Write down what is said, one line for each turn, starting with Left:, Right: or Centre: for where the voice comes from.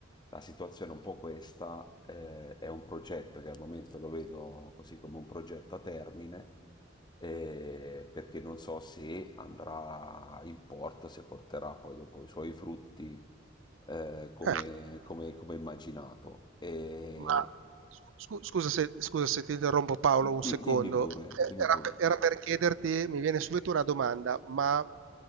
Left: la situazione è un po' questa, eh, è un progetto che al momento lo vedo così come un progetto a termine, eh, perché non so se andrà in porto, se porterà poi dopo i suoi frutti eh, come,
Right: Eh,
Left: come- come immaginato. E
Right: ma scu- scusa se, scusa se ti interrompo Paolo
Left: di-
Right: un secondo,
Left: dimmi pure,
Right: Eh,
Left: dimmi
Right: era,
Left: pure.
Right: per era per chiederti, mi viene subito una domanda, ma